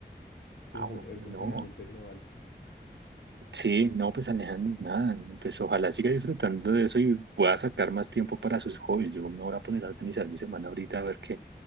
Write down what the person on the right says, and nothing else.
Ah,
bueno,
no.
Sí, no, pues Alejandro, nada, pues ojalá siga disfrutando de eso y pueda sacar más tiempo para sus hobbies. Yo me voy a poner a organizar mi semana ahorita a ver qué,